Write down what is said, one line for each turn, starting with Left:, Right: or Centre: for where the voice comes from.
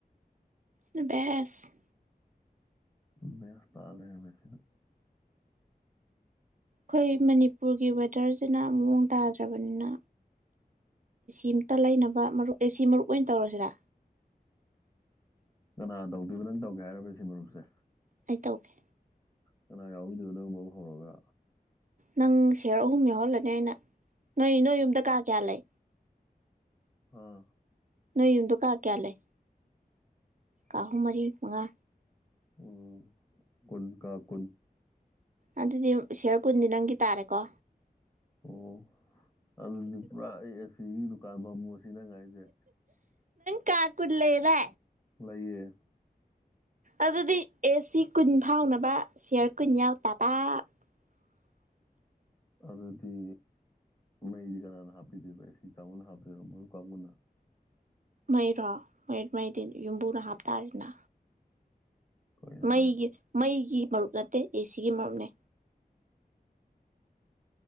Right: ꯅ ꯦꯁ
Left: ꯃꯁ ꯇꯥꯂ ꯃꯦꯁꯤꯅ
Right: ꯑꯩꯈꯣꯏ ꯃꯅꯤꯄꯨꯔꯒꯤ ꯋꯦꯗꯔꯁꯤꯅ ꯃꯑꯣꯡ ꯥꯗ꯭ꯔꯥꯕꯅꯤꯅ ꯏ ꯇ ꯂꯩꯅꯕ ꯃꯔ ꯑꯦꯁꯤ ꯃꯔꯨꯞ ꯑꯣꯏꯅ ꯇꯧꯔꯁꯤꯔꯥ
Left: ꯀꯅꯥ ꯇꯧꯗꯣꯏꯕ ꯅꯪ ꯇꯧꯒꯦ ꯍꯥꯏꯔꯔꯕꯦ ꯁꯤ ꯃꯔꯨꯞꯁꯦ
Right: ꯑꯩ ꯇꯧꯀꯦ
Left: ꯀꯅꯥ ꯌꯥꯎꯗꯨꯗꯨꯅꯒ ꯃ ꯍꯔꯒ
Right: ꯅꯪ ꯁꯦꯔ ꯑꯍꯨꯝ ꯌꯥꯎꯍꯜꯂꯅꯤ ꯑꯩꯅ ꯅꯣꯏ ꯅꯣꯏ ꯌꯨꯝꯗ ꯀꯥ ꯀꯌꯥ ꯂꯩ
Left: ꯑꯥ
Right: ꯅꯣꯏ ꯌꯨꯝꯗꯣ ꯀꯥ ꯀꯌꯥ ꯂꯩ ꯀꯥꯍꯨꯝ ꯃꯔꯤ ꯃꯉꯥ
Left: ꯎ ꯀꯨꯟ ꯀꯥ ꯀꯨꯟ
Right: ꯑꯗꯨꯗꯤ ꯁꯤꯌꯔ ꯀꯨꯟꯗꯤ ꯅꯪꯒꯤ ꯇꯥꯔꯦꯀꯣ
Left: ꯑꯣ ꯑꯗꯨ ꯄ꯭ꯔꯥꯏ ꯁꯤ ꯂꯗꯨ ꯀꯥꯟ ꯐꯃ ꯁꯤꯗ ꯉꯥꯏꯁꯦ
Right: ꯀꯀꯂꯔꯦ
Left: ꯂꯩꯌꯦ
Right: ꯑꯗꯨꯗꯤ ꯑꯦ ꯁꯤ ꯀꯨꯟ ꯐꯥꯎꯅꯕ ꯁꯤꯌꯥꯔ ꯀꯨꯟ ꯌꯥꯎ ꯇꯕ <unintelligible>
Left: ꯑꯗꯨꯗꯤ ꯃꯗꯤ ꯀꯅꯥꯅ ꯍꯥꯞꯄꯤꯗ ꯄꯁꯤ ꯀꯥꯃꯅ ꯍꯥꯞꯇ ꯃ ꯀꯃꯅ
Right: ꯃꯩꯔꯣ ꯃꯩ ꯃꯩꯗꯤ ꯌꯨꯝꯕꯨꯅ ꯍꯥꯞꯇꯥꯔꯦꯅ
Left: ꯀꯩꯅꯣ
Right: ꯃꯩꯒꯤ
Left: ꯍꯥꯏꯁꯦ
Right: ꯃꯩꯒꯤ ꯃꯔꯨꯞ ꯅꯠꯇꯦ ꯑꯦ ꯁꯤꯒꯤ ꯃꯔꯨꯞꯅꯦ